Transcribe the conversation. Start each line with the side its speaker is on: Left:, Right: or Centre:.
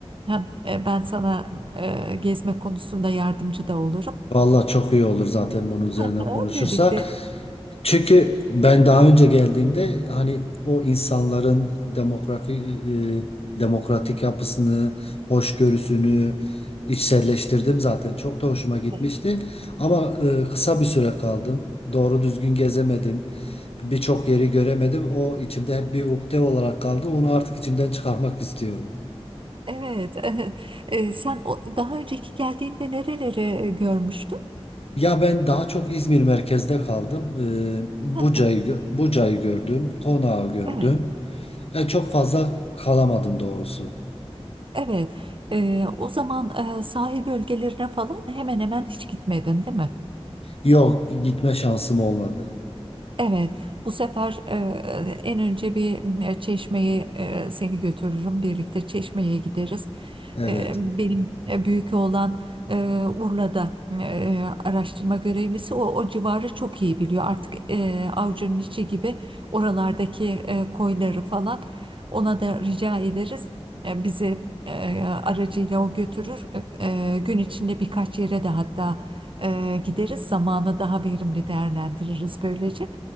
Right: Hem e, ben sana e, gezme konusunda yardımcı da olurum.
Left: Vallahi çok iyi olur zaten bunun üzerine
Right: Aha,
Left: konuşursak.
Right: Birlikte
Left: Çünkü ben daha önce geldiğimde hani o insanların demografi, e, demokratik yapısını, hoşgörüsünü içselleştirdim zaten. Çok da hoşuma gitmişti.
Right: Evet.
Left: Ama e, kısa bir süre kaldım. Doğru düzgün gezemedim. Birçok yeri göremedim. O içimde hep bir ukde olarak kaldı. Onu artık içimden çıkarmak istiyorum.
Right: Evet. <laughs> Eee, sen o, daha önceki geldiğinde nereleri e, görmüştün?
Left: Ya ben daha çok İzmir merkezde kaldım. Ee, Buca'yı
Right: Heh,
Left: gö- Buca'yı gördüm, Konağı gördüm.
Right: evet.
Left: E, çok fazla kalamadım doğrusu.
Right: Evet. Eee, o zaman e, sahil bölgelerine falan hemen hemen hiç gitmedin, değil mi?
Left: Yok, gitme şansım olmadı.
Right: Evet, bu sefer e, en önce bir e, çeşmeye e, seni götürürüm. Birlikte çeşmeye gideriz.
Left: Evet,
Right: E, benim e, büyük oğlan e, Urla'da e, araştırma görevlisi. O, o civarı çok iyi biliyor. Artık e, avucunun içi gibi oralardaki e, koyları falan ona da rica ederiz. E, bizi e, aracıyla o götürür. E, e, gün içinde birkaç yere de hatta e, gideriz. Zamanı daha verimli değerlendiririz böylece.